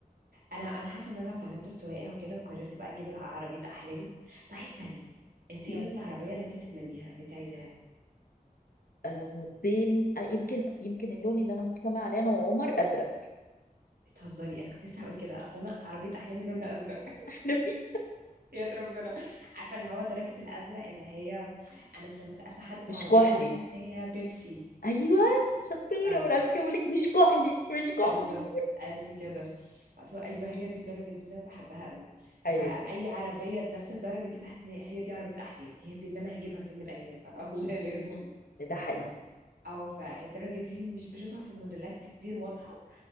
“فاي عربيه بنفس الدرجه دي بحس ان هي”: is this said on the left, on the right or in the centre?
Right